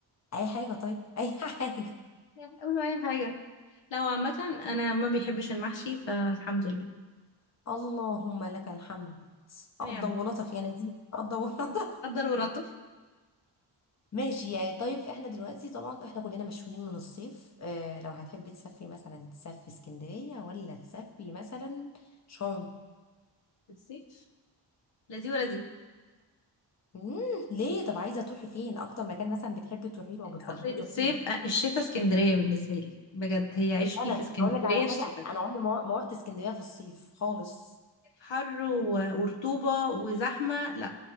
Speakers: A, on the left; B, on the left.
A: اي حاجه طيب اي <laughs> حاجه
B: لا قولوا أي حاجة لا هو عامة أنا ما بيحبش المحشي فالحمد لله
A: اللهم لك الحمد قضى
B: نعمة
A: ولطف يا نزيه قضى ولطف
B: الحمد لله قدر
A: <laughs>
B: ورتب
A: ماشي يعني طيب احنا دلوقتي طبعا احنا كلنا مشحونين من الصيف اه لو هتحبي تسافري مثلا تسافري اسكندريه ولا تسافري مثلا شرم
B: في الصيف لا دي ولا دي
A: مم. ليه طب عايزه تروحي فين اكتر مكان مثلا بتحبي تروحي له او بتفضلي
B: اصل
A: تروحي
B: الصيف
A: له؟
B: آه، الشتاء اسكندريه بالنسبه لي بجد هي عشقي
A: انا
B: في اسكندريه
A: هقول لك على حاجه
B: الشتاء
A: انا عمري ما ما رحت اسكندريه في الصيف خالص
B: حر و- ورطوبه وزحمه لا